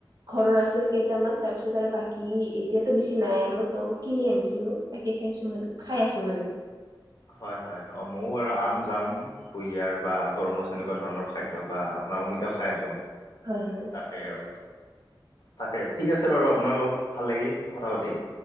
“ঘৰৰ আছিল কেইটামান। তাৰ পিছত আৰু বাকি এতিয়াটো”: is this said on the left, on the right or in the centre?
Right